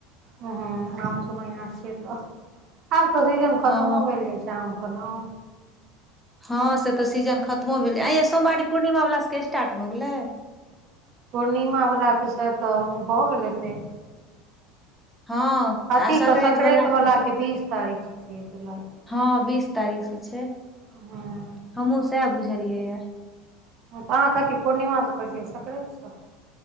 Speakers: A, on the right (about 50°); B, in the centre.
A: हँ आमक मैहिना छिय तऽ आब तऽ सीजन खतमो
B: हँ
A: भेलैय जाय छैय <unintelligible> के नाउ
B: हँ से तऽ सीजन खत्मो भेलै ऐंय यै सोमवारी पूर्णिमावला सबके स्टार्ट भऽ गेलैय
A: पूर्णिमा वलाके शायत भऽ गेल हेतै
B: हँ
A: अथीेके्
B: आ संक्रान्ति
A: संकरााति
B: वाला के
A: वलाक बीस तारीख से छियै जुलाई
B: हँ बीस तारीख सऽ छैय
A: हँ
B: हमहुूँ सैह बुझलियै यऽ
A: अहाँ कथी पूर्णिमा से करतै छियै कि संक्राइत सऽ